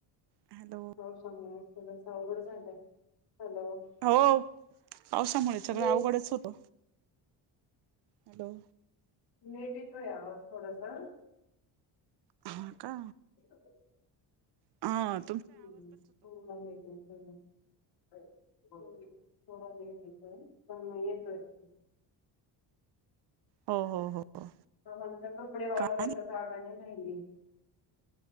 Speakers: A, on the right (about 60°); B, on the left (about 55°).
A: हॅलो
B: पावसामुळे सगळंच अवघड झालंय. <unintelligible>
A: हो पावसामुळे सगळं
B: लेट
A: अवघडच होतो. हॅलो!
B: नीट येतोय आवाज थोडसा.
A: हा का
B: <inaudible>
A: आ..
B: <inaudible> <inaudible>
A: हो हो हो हो
B: आम्हाला तर कपडे वाळवायला
A: काय
B: जागा नाही राहिली.